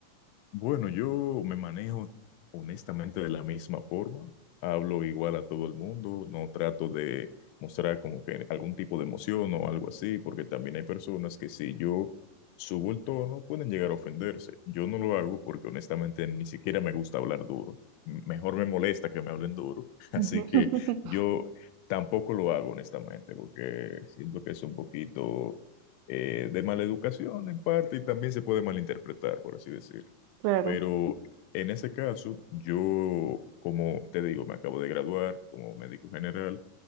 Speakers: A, on the left; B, on the right.
A: Bueno, yo me manejo honestamente de la misma forma. Hablo igual a todo el mundo, no trato de mostrar como que algún tipo de emoción o algo así, porque también hay personas que si yo subo el tono pueden llegar a ofenderse. Yo no lo hago porque honestamente ni siquiera me gusta hablar duro. M- Mejor me molesta que me hablen duro, <laughs> así
B: Ujú.
A: que
B: <laughs>
A: yo tampoco lo hago honestamente, porque siento que es un poquito eh, de mala educación en parte y también se puede malinterpretar, por así decirlo.
B: Claro.
A: Pero en ese caso, yo, como te digo, me acabo de graduar como médico general.